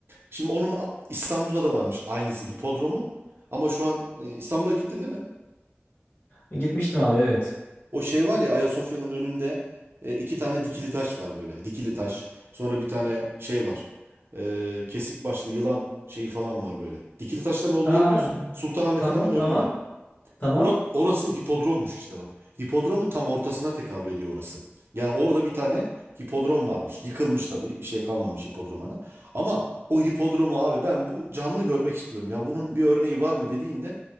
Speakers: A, on the right (about 60°); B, on the left (about 50°).
A: Şimdi onun a- İstanbul'da da varmış aynısı hipodromun. Ama şu an e, İstanbul'a gittin değil mi?
B: Gitmiştim abi evet.
A: O şey var ya Ayasofya'nın önünde e, iki tane dikili taş var böyle. Dikili taş. Sonra bir tane şey var. E, kesik başlı yılan şeyi falan var böyle. Dikili taşların olduğu
B: Ha,
A: yeri biliyorsun. Sultanahmet'in
B: Tamam
A: hemen
B: tamam.
A: önünde.
B: Tamam.
A: Ora- orası hipodrommuş işte bak. Hipodromun tam ortasına tekabül ediyor orası. Yani orada bir tane hipodrom varmış. Yıkılmış tabii. Bir şey kalmamış hipodromana. Ama o hipodromu abi ben bu canlı görmek istiyorum. Ya bunun bir örneği var mı dediğinde